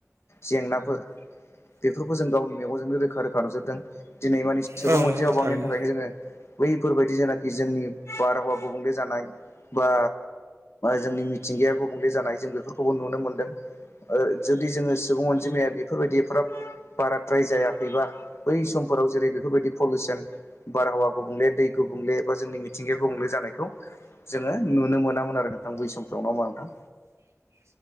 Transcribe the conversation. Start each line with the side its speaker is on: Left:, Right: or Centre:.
Left: जेंनाफोर बेफोर खौ जों गावनि मेगनजोंनो रोखा रोखा नुजोबदों। दिनै माने सुबुं
Right: औ
Left: अनजिमाया
Right: नंगौ नोंथां
Left: बांनायनि
Right: थारैनो
Left: थाखायनो जोङो बैफोरबायदि जेंना जेंनि, बारहावा गुबुंले जानाय बा जोंनि मिथिंगाया गुबुंले जानाय जों बेफोरखौबो नुनो मोनदों। ओ जुदि जोङो सुबुं अनजिमाया बेफोरबायदि एफाराब बाराद्राय जायाखैबा बै समफोराव जेरै बेफोरबायदि पलिुसन बारहावा गुबुंले, दै गुबुं ले एबा जों मिथिंगाखौ गुबुंले जानायखौ जोङो नुनो मोनामोन आरो नोंथां बै समफ्राव। ना मा नोंथां?